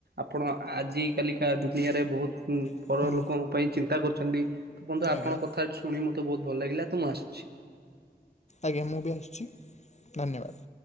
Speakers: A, on the right (about 80°); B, on the left (about 45°).
A: ଆପଣ ଆଜି କାଲିକା ଦୁନିଆରେ ବହୁତ ଉଁ
B: ହୁଁ
A: ପର ଲୋକଙ୍କ ପାଇଁ ଚିନ୍ତା କରୁଛନ୍ତି। ତ ବନ୍ଧୁ ଆପଣଙ୍କ
B: ଆଜ୍ଞା
A: କଥା ଶୁଣି ମତେ ବହୁତ ଭଲ ଲାଗିଲା ତ ମୁ ଆସିଚି।
B: ଆଜ୍ଞା ମୁଁ ବି ଆସୁଚି ଧନ୍ୟବାଦ।